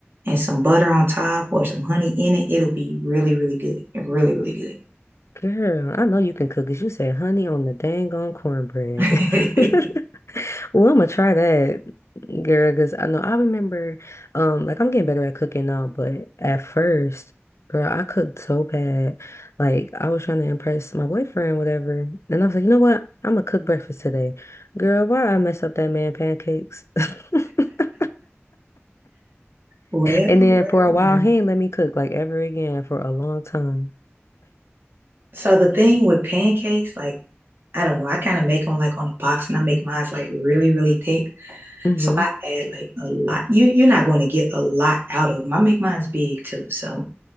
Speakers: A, on the right; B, on the left.
A: and some butter on top or some honey in it, it'll be really, really good. Really, really
B: Girl, I know you can cook cook 'cause you said honey on the dang on cornbread.
A: good.
B: <laughs>
A: <laughs>
B: Well, I'm gonna try that, girl, because I know I remember, um, like I'm getting better at cooking now, but at first, girl, I cooked so bad. Like I was trying to impress my boyfriend, whatever. And I was like, you know what? I'm gonna cook breakfast today. Girl, why I mess up that man pancakes? <laughs>
A: Well,
B: And
A: well,
B: then for a while,
A: well.
B: he ain't let me cook like ever again for a long time.
A: So the thing with pancakes, like I don't know. I kind of make them like on a box and I make mine like really, really thick.
B: Mm-hmm.
A: So I add like a lot. You you're not going to get a lot out of them. I make mine's big too. So